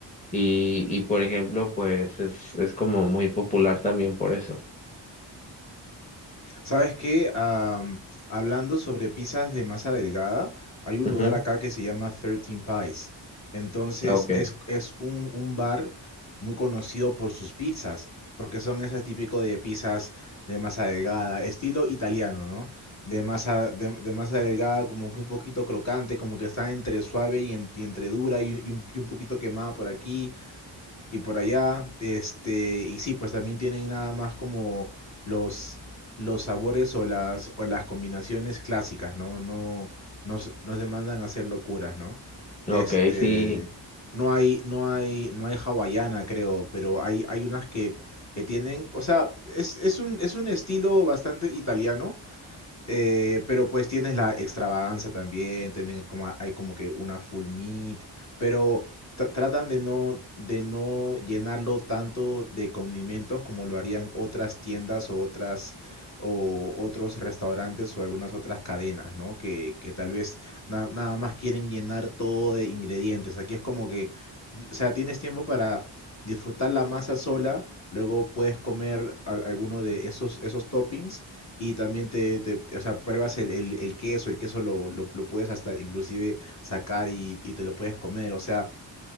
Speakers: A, on the left; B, on the left.
A: Y, y por ejemplo, pues es, es como muy popular también por eso.
B: ¿Sabes qué? Am, hablando sobre pizzas de masa delgada, hay un
A: Ujú,
B: lugar acá que se llama 13 Pies. Entonces
A: Ok.
B: es, es un, un bar muy conocido por sus pizzas, porque son ese típico de pizzas de masa delgada, estilo italiano, ¿no? De masa, de, de masa delgada, como que un poquito crocante, como que está entre suave y, en- y entre dura y, y un- y un poquito quemada por aquí y por allá. Este, y sí, pues también tienen nada más como los, los sabores o las, o las combinaciones clásicas, ¿no? No, no, se- no se mandan a hacer locuras, ¿no? Este,
A: Ujú, Ok, sí.
B: no hay, no hay, no hay hawaiana, creo, pero hay, hay unas que, que tienen, o sea, es, es un, es un estilo bastante italiano, eh, pero pues tienes la extravagancia también, también hay como, hay como que una full meat, pero tra- tratan de no, de no llenarlo tanto de condimentos como lo harían otras tiendas o otras o otros restaurantes o algunas otras cadenas, ¿no? Que, que tal vez na- nada más quieren llenar todo de ingredientes. Aquí es como que, di- o sea, tienes tiempo para disfrutar la masa sola, luego puedes comer al- alguno de esos, esos toppings y también te, te- te- o sea, pruebas el, el- el queso, el queso lo, lo- lo puedes hasta inclusive sacar y, y te lo puedes comer. O sea,